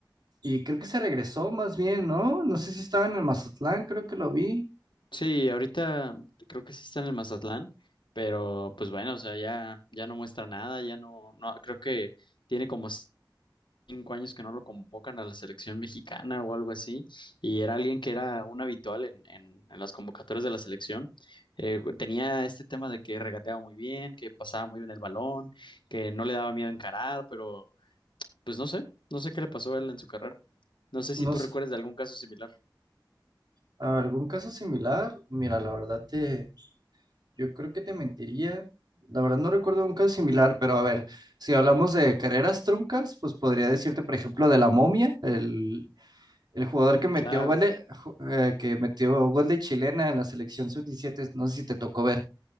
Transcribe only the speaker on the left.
Sí, ahorita creo que sí está en el Mazatlán, pero pues bueno, o sea, ya, ya no muestra nada, ya no, no, creo que tiene como cinco años que no lo convocan a la selección mexicana o algo así, y era alguien que era un habitual en, en- en las convocatorias de la selección. Eh, tenía este tema de que regateaba muy bien, que pasaba muy bien el balón, que no le daba miedo encarar, pero pues no sé, no sé qué le pasó a él en su carrera. No sé si
tú recuerdas
de algún caso similar.
Ah,
claro.